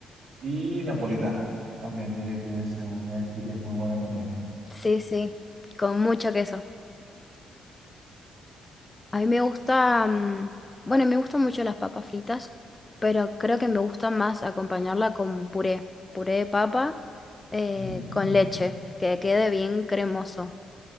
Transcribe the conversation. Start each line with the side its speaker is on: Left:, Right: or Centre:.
Right: y napolitana, también, que, que según es, y que es muy buena también.
Left: Sí, sí, con mucho queso. A mí me gusta, mm, bueno, me gustan mucho las papas fritas, pero creo que me gusta más acompañarla con puré, puré de papa eh,
Right: Mm.
Left: con leche, que quede bien cremoso